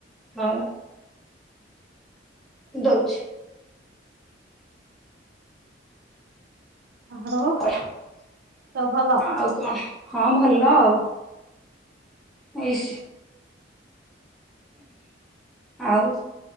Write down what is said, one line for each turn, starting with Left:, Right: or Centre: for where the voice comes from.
Centre: ହଁ ବା। ଦୋଉଚି।
Right: <unintelligible>
Centre: ବଢିଆ
Right: ସବୁ ଭଲ
Centre: ଅଁ ଆଉ କଣ ହଁ ଭଲ ଆଉ। ଏଇସି ଆଉ